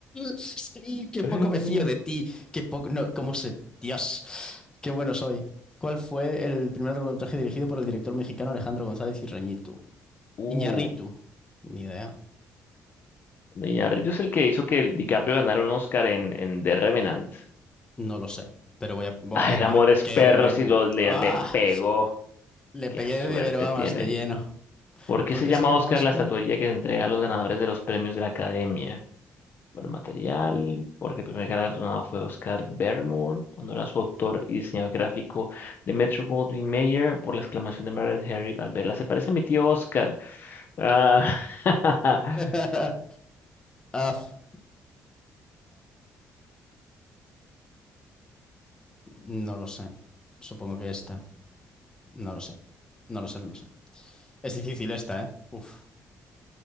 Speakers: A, on the left; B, on the left.
A: Sí, qué poco
B: <laughs>
A: me fío de ti, qué poco... No, ¿cómo se...? Dios, qué bueno soy. ¿Cuál fue el primer largometraje dirigido por el director mexicano Alejandro González Iñárritu?
B: Uh,
A: Iñárritu. Ni idea,
B: Iñárritu es el que hizo que el DiCaprio ganara un Oscar en, en The Revenant.
A: no lo sé, pero voy a... ¡Buah!
B: Ah, el
A: marqué
B: amor es perro
A: de...
B: si
A: bu-
B: lo le,
A: ¡Ah!
B: le pegó.
A: Le
B: Qué
A: pegué
B: suerte
A: de pero vamos,
B: tiene.
A: de lleno.
B: ¿Por qué
A: ¿Por
B: se
A: qué
B: llama
A: se llama
B: Oscar
A: Oscar?
B: la estatuilla que se entrega a los ganadores de los premios de la Academia? Por el material, porque el primer galardonado fue Oscar Bermore, honor a su autor y diseñador gráfico de Metro Goldwyn Mayer, por la exclamación de Margaret Harry al verla. Se parece a mi tío Oscar. Ah, <laughs>
A: <laughs> Af. No lo sé. Supongo que esta. No lo sé. No lo sé, no lo sé. Es difícil esta, ¿eh? Uf.